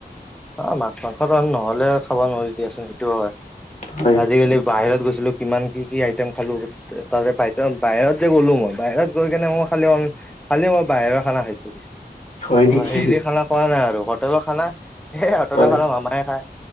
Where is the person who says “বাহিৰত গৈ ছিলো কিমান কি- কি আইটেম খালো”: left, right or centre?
Centre